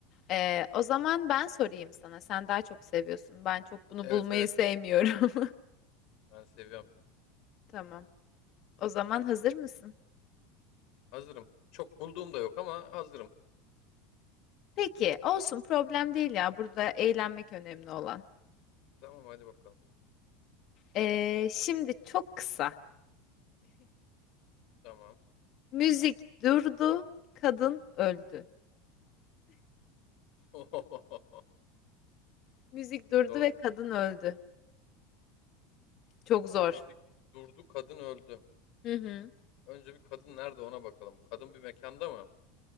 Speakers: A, on the left (about 45°); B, on the left (about 60°).
A: Ee, o zaman ben sorayım sana. Sen daha çok seviyorsun. Ben çok bunu
B: Evet
A: bulmayı
B: evet.
A: sevmiyorum.
B: Ben seviyorum.
A: <laughs> Tamam. O zaman hazır mısın?
B: Hazırım. Çok bulduğum da yok ama hazırım.
A: Peki, olsun problem değil ya. Burada eğlenmek önemli olan.
B: Tamam hadi bakalım.
A: Ee, şimdi çok kısa.
B: Tamam.
A: Müzik durdu, kadın öldü.
B: <laughs>
A: Müzik durdu
B: Zormuş.
A: ve kadın öldü. Çok zor.
B: Müzik durdu, kadın öldü.
A: Hı hı.
B: Önce bir kadın nerede ona bakalım. Kadın bir mekanda mı?